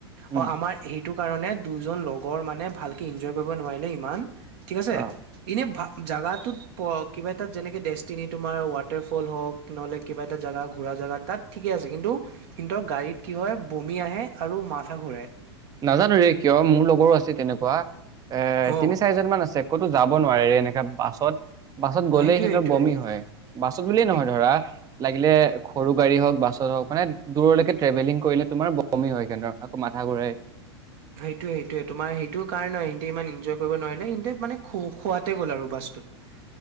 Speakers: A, on the right; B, on the right.
A: উম
B: অ' আমাৰ সেইটো কাৰণে দুজন লগৰ মানে ভালকে এনজয় কৰিব নোৱাৰিলে ইমান ঠিক আছে
A: অ
B: ইনে ভ জাগাটোত প কিবা এটাত যেনেকে ডেষ্টিনি তোমাৰ ৱাটাৰফল হওক নহলে কিবা এটা জাগা ঘুৰা জেগা তাত ঠিকে আছে কিন্তু, কিন্তু গাড়ীত কি হয় বমি আহে আৰু মাথা ঘুৰাই।
A: নাজানো ৰে কিয় মোৰ লগৰো আছে তেনেকুৱা এ
B: অ
A: তিনি চাৰিজন মান আছে। কতো যাব নোৱাৰি এনেকা বাছত। বাছত গ'লেই
B: সেইটোয়ে
A: সেতৰ
B: সেইটোয়ে
A: বমি হয় বাছত বুলিয়ে
B: সেই
A: নহয় ধৰা। লাগিলে সৰু গাড়ী হওক বাছত হওক মানে দূৰলৈকে ট্ৰেভেলিং কৰিলে তোমাৰ বমি হয় কিনে আকৌ মাথা ঘূৰাই।
B: সেইটোয়ে সেইটোয়ে তোমাৰ সেইটো কাৰণ হয় সিহতে ইমান ইনজয় কৰিব নোৱাৰি। মানে ইনটাইম মানে খু খুৱাতে গ'ল আৰু বাছটোত।